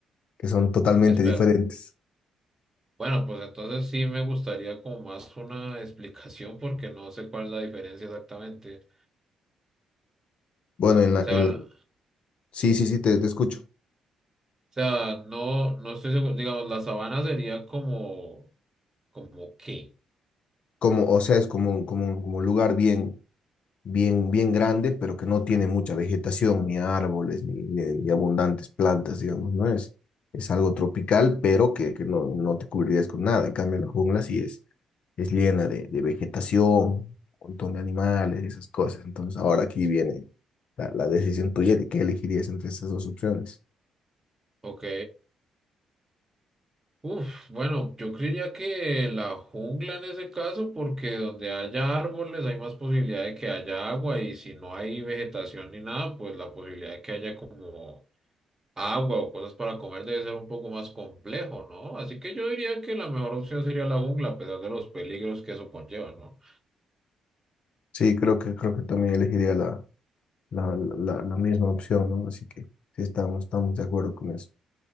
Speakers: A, on the left; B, on the right.
A: que son totalmente
B: espera.
A: diferentes?
B: Bueno, pues entonces sí me gustaría como más una explicación porque no sé cuál es la diferencia exactamente.
A: Bueno, en la,
B: O sea,
A: en la... Sí, sí, sí, te te escucho.
B: sea, no, no estoy seguro. Digamos, la sabana sería como, como qué,
A: como, o sea, es como, un- como, un- como un lugar bien, bien, bien grande, pero que no tiene mucha vegetación, ni árboles, ni, ni- ni abundantes plantas, digamos, ¿no? Es, es algo tropical, pero que, que no, no te cubrirías con nada. En cambio, la jungla sí es, es llena de, de vegetación, un montón de animales y esas cosas. Entonces, ahora aquí viene la, la decisión tuya de qué elegirías entre esas dos opciones.
B: ¿ok? Uf, bueno, yo creería que la jungla en ese caso, porque donde haya árboles hay más posibilidad de que haya agua y si no hay vegetación ni nada, pues la posibilidad de que haya como agua o cosas para comer debe ser un poco más complejo, ¿no? Así que yo diría que la mejor opción sería la jungla, a pesar de los peligros que eso conlleva, ¿no?
A: Sí, creo que, creo que también elegiría la, la, la, la- la misma opción, ¿no? Así que sí, estamos, estamos de acuerdo con eso.